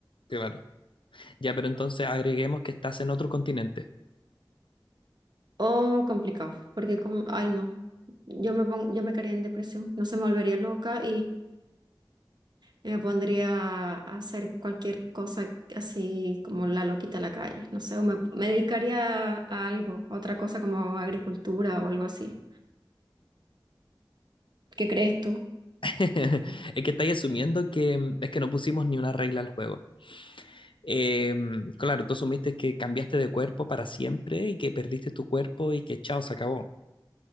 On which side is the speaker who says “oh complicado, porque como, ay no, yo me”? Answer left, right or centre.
Right